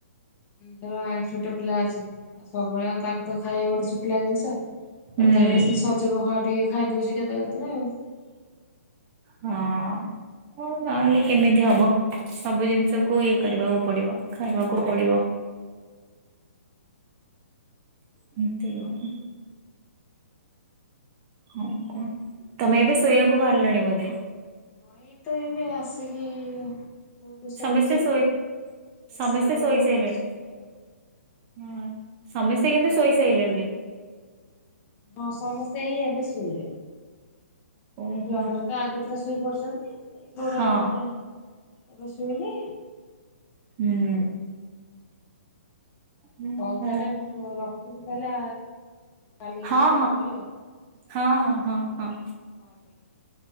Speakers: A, on the left; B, on the right.
A: ଧର ଛୋଟ ପିଲା ଅଛି। ଆଉ ସବୁବେଳେ ଆଉ ତାକୁ ତ ଖାଇହବନି ଶୁଖିଲା ଜିନିଷ ତଥାପି
B: ହଁ।
A: ଟିକେ ସେ ସ ପଖାଳ ଟିକେ ଖାଇଦଉଛି କେତେ କେତେବେଳେ ଆଉ।
B: ହଁ। ହଉ ନହେଲେ କେମିତି ହବ ସବୁ ଜିନିଷକୁୁ ଇଏ କରିବାକୁ ପଡିବ ଖାଇବାକୁ ପଡିବ। ଏମିତି ଆଉ। ହଉ କ ତମେ ଏବେ ଶୋଇବାକୁ ବାହାରିଲାଣି ବୋଧେ?
A: ହଁ ଏଇ ତ ଏବେ ଆସିକି ପୁଅକୁ ଶଉଛି
B: ସମସ୍ତେ ଶୋଇ
A: ଶୋଇ
B: ସମସ୍ତେ
A: ସାରିଲା
B: ଶୋଇସାଇଲେଣି
A: ପରେ ମୁଁ ଶୋଇବି ଆଉ।
B: ହଁ ସମସ୍ତେ କିନ୍ତୁ ଶୋଇସାଲିସେଣି।
A: ହଁ ସମସ୍ତେ ଏଇ ଏବେ ଶୁଇଲେ
B: ଓହୋ
A: ଛୁଆମାନ ଆଗୁତୁରା ଶୋଇ ପଡିଛନ୍ତି ଏଇ ବଡ
B: ହଁ
A: ମାନେ ଏବେ ଶୋଇଲେ।
B: ହୁଁ। ହଁ
A: ହଉ
B: ହଁ
A: ତାହେଲେ ମୁଁ ରଖୁଛି ତାହେଲେ କାଲିକିଲା
B: ହଁ
A: କରିବି ଆଉ।
B: ହଁ ହଁ ହଁ ହଁ।
A: ହଉ ଠିକ ଅଛି।